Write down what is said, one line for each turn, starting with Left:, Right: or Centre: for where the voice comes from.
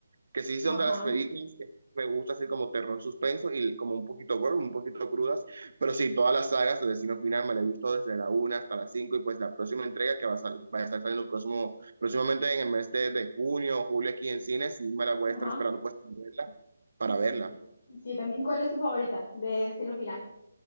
Right: que sí son
Left: ajá,
Right: de las películas que me gusta así como terror suspenso y como un poquito gore, un poquito crudas, pero sí, todas las sagas de Destino Final me las he visto desde la una hasta la 5 y pues la próxima entrega que va a, sal- va a estar saliendo próximo, próximamente en el mes de, de junio o julio aquí en cines y me la voy
Left: ajá.
Right: a estar esperando pues para verla. para
Left: Sí,
Right: verla.
Left: sí, yo también. ¿Cuál es tu favorita de Destino Final?